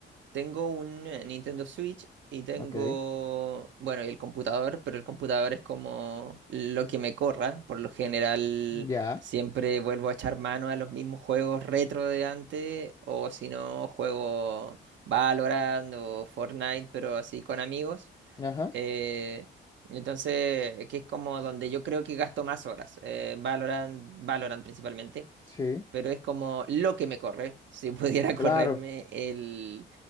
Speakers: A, on the right; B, on the left.
A: Tengo un eh, Nintendo Switch y tengo,
B: Ok,
A: bueno, y el computador, pero el computador es como lo que me corra. Por lo general,
B: ya,
A: siempre vuelvo a echar mano a los mismos juegos retro de antes, o si no, juego Valorant o Fortnite, pero así con amigos.
B: ajá,
A: Eh, entonces, que es como donde yo creo que gasto más horas. eh, Valorant, Valorant principalmente
B: sí,
A: pero es como lo que me corre. Si pudiera
B: claro.
A: <laughs> correrme el,